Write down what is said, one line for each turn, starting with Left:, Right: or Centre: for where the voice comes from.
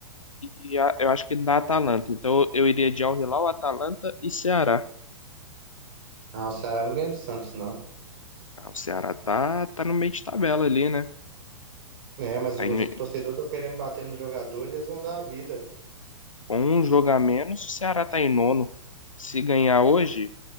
Left: E a- eu acho que da Atalanta. Então eu iria de Al-Hilal, Atalanta e Ceará.
Right: Ah, o Ceará não ganha do Santos, não.
Left: Ah, o Ceará tá, tá no meio de tabela ali, né?
Right: É, mas
Left: Tá
Right: os
Left: em-
Right: torcedores estão querendo bater nos jogadores, eles vão dar a vida.
Left: com um jogo a menos, o Ceará tá em nono. Se ganhar hoje,